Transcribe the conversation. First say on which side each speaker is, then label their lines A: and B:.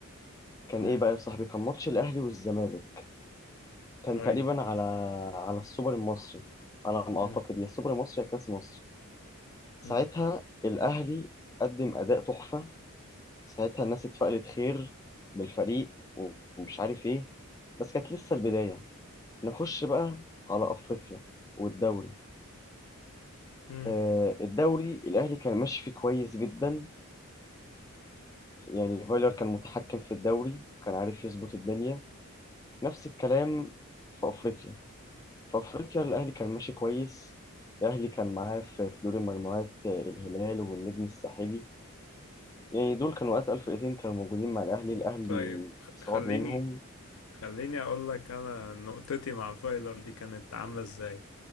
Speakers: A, on the left; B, on the left.
A: كان
B: امم
A: ايه بقى يا صاحبي كان ماتش الاهلي والزمالك كان
B: ايوه
A: تقريبا على على السوبر المصري على ما
B: امم
A: اعتقد يا السوبر المصري يا كاس مصر ساعتها
B: امم
A: الأهلي قدم أداء تحفة ساعتها الناس اتفائلت خير بالفريق ومش عارف إيه بس كانت لسه البداية نخش بقى على أفريقيا والدوري
B: امم
A: آه الدوري الأهلي كان ماشي فيه كويس جدا يعني فايلر كان متحكم في الدوري كان عارف يظبط الدنيا نفس الكلام في أفريقيا في أفريقيا الأهلي كان ماشي كويس الأهلي كان معاه في في دور المجموعات آه، الهلال والنجم الساحلي يعني دول كانوا أتقل فرقتين كانوا موجودين مع الأهلي الأهلي
B: طيب خ-
A: صعد
B: خليني
A: منهم
B: خليني اقول لك انا نقطتي مع فايلر دي كانت عامله ازاي